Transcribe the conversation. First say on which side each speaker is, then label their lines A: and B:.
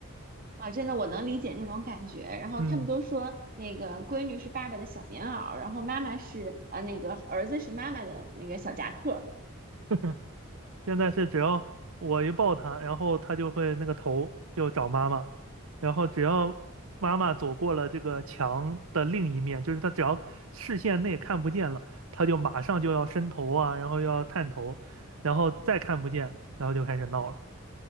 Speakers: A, on the right; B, on the right.
A: 啊，真的我能理解那种感觉。然后他们都说那个闺女是爸爸的小棉袄，
B: 嗯，
A: 然后妈妈是呃那个儿子是妈妈的那个小夹克。
B: <laughs> 现在是只要我一抱他，然后他就会那个头就找妈妈，然后只要妈妈走过了这个墙的另一面，就是他只要视线内看不见了，他就马上就要伸头啊，然后又要探头，然后再看不见，然后就开始闹了。